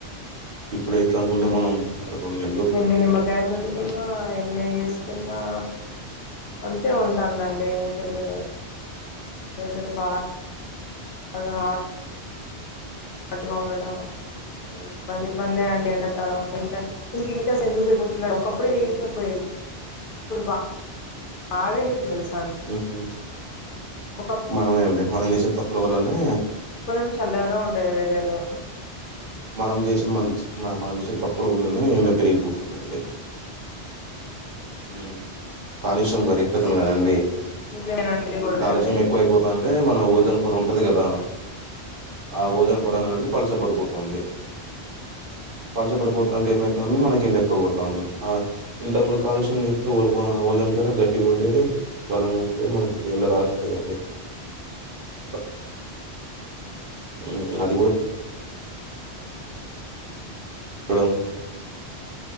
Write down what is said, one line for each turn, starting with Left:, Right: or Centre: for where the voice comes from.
Right: ఇప్పుడు ఇట్లా అనుకుంటే మనం ఇంకా నెలలు
Left: వంద నిమ్మకాయలు పిండుకున్న ఎన్ని చేస్ కున్నా అంతే ఉంటుందండి అసలు ఏదరు బా గా పట్టుగా ఉండడం ఇబ్బంది ఇబ్బంది అండి ఎండ కాలం అసుంటే ఇంత హీటర్స్ ఎందుకు పోతున్నాయి ఒకప్పుడు హీటర్ పోయేది ఇప్పుడు బా బాగా హీట్ తెలుసు
Right: మ్
Left: ఒకప్పుడు
Right: మనమే అండి మనం చేసిన తప్పుల వలనే
Left: కొంచం చల్లన ఉండదే వేదరు
Right: మనం చేసే మంచ్ మనం చేసే తప్పుల వల్లనే ఇంకా పెరిగిపోతుందండి మ్ కాలుష్యం క ఎక్పోతుంది కదండి
Left: నిజమేనండి ఇది
Right: కాలుష్యం ఎక్కువైపోతా ఉంటే మనం ఓజన్ పొర ఉంటది కదా ఆ ఓజన్ పొర అనేది పలస పడిపోతుంది పలస పడిపోతంటే ఏమైతంది మనకి గిన్నే ఎక్కో కోడతాంది ఇంత మూడు కాలుష్యం లేకుండా ఓ అ ఓజన్ పేర గట్టిగా ఉండేది బలంగా ఉండేది మనకు దేంల రాకపోయదండి అట్ల ఈ ఈ మధ్య కూ కుడం